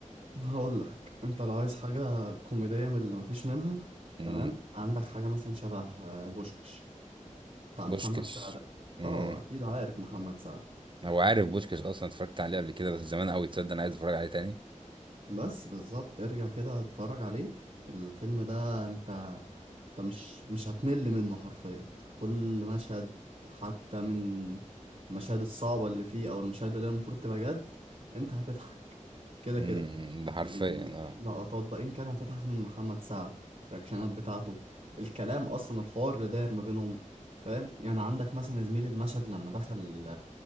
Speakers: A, on the right; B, on the right.
A: هقول لك انت لو عايز حاجه كوميديه من اللي مفيش منها
B: امم
A: تمام عندك حاجه مثلا شبه آه، بوشكاش بتاع
B: بوشكش
A: محمد سعد
B: امم
A: اه اكيد عارف محمد سعد
B: هو عارف بوشكش اصلا اتفرجت عليه قبل كده بس زمان قوي تصدق انا عايز اتفرج عليه تاني
A: بس بالظبط ارجع كده اتفرج عليه الفيلم ده انت انت مش مش هتمل منه حرفيا كل مشهد حتى من المشاهد الصعبة اللي فيه او المشاهد اللي هي المفروض تبقى جد انت هتضحك كده
B: امم
A: كده
B: ده حرفيا
A: اللقطات
B: اه
A: بقى ان كان هتضحك من محمد سعد الرياكشنات بتاعته الكلام اصلا الحوار اللي داير ما بينهم فاهم يعني عندك مثلا يا زميلي المشهد لما دخل